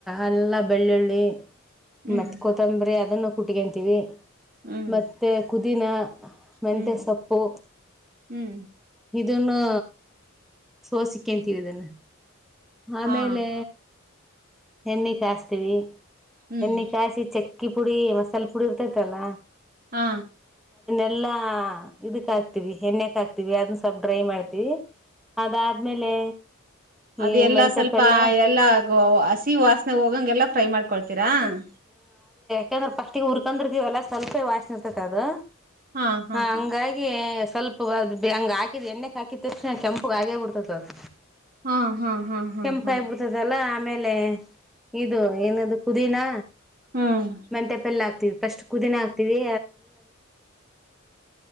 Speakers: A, in the centre; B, on the right (about 45°).
A: ಎಲ್ಲ ಬೆಳ್ಳುಳ್ಳಿ
B: ಹ್ಮ್
A: ಮತ್ ಕೊತ್ತಂಬರಿ ಅದನ್ನು ಕುಟ್ಟಕಂತೀವಿ
B: ಹ್ಮ್
A: ಮತ್ತೆ ಪುದಿನ ಮೆಂತೆಸೊಪ್ಪು
B: ಹ್ಮ್ ಹ್ಮ್
A: ಇದನ್ನು ಸೋಸಿಕೇಂತೀರದನ್ನು ಆಮೇಲೆ
B: ಹಾ
A: ಹೆಣ್ಣಿ ಕಸ್ತೀವಿ
B: ಹ್ಮ್
A: ಎನ್ನ ಕಾಸಿ ಚೆಕ್ಕ ಚಕ್ಕಿ ಪುಡಿ ಮಸಾಲೆ ಪುಡಿ ಇರ್ತೈತಲ್ಲ
B: ಹಾ
A: ಎಲ್ಲಾ ಇದಕ್ ಹಾಕ್ತಿವಿ ಎಣ್ಣೆಕ್ ಹಕ್ತಿವಿ ಅದನ್ನ ಸ್ವಲ್ಪ್ ಡ್ರೈ ಮಾಡ್ತೀವಿ ಅದಾದ್ಮೇಲೆ
B: ಅದು
A: ಈ
B: ಎಲ್ಲಾ
A: ಮೆಂತೆ
B: ಸ್ವಲ್ಪ
A: ಪಲ್ಲೆ
B: ಎಲ್ಲ ಆಗುವ ಹಸಿ ವಾಸನೆಾಗ ಹೋಗಂಗೆಲ್ಲ ಫ್ರೈ ಮಾಡ್ಕೊತೀರಿ ಡ
A: ಯಾಕಂದ್ರೆಫಸ್ಟಿಗೆ ಹುರ್ಕೊಂಡ್ರೀ ವಲ್ಲ ಸ್ವಲ್ಪ ವಾಸ್ ನೀ ಇರ್ತತೆ ಅದು
B: ಹಾ ಹಾ
A: ಹ
B: ಹಾ
A: ಹಂಗಾಗಿ ಸ್ವಲ್ಪ ಅ ಹಂಗ ಹಕಿದ್ ಎಣ್ಣೆಗೆ ಹಾಕಿದ ತಕ್ಷಣ ಕೆಂಪುಗ ಆಗೇ ಬಿಡ್ತತ್ ಅದು
B: ಹಾ ಹಾ ಹಾ ಹಾ
A: ಕೆಂಪ
B: ಹಾ
A: ಆಯಿ ಬಿಡ್ತದಲ್ಲಾ ಆಮೇಲೆ ಇದು ಏನದು ಕುದಿನಾ
B: ಹ್ಮ್
A: ಮೆಂಟೆಪೆಲ್ಲ ಆಗ್ತಿವಿ ಫಸ್ಟ್ ಕುದಿನೆ ಹಾಕ್ತಿೀವಿ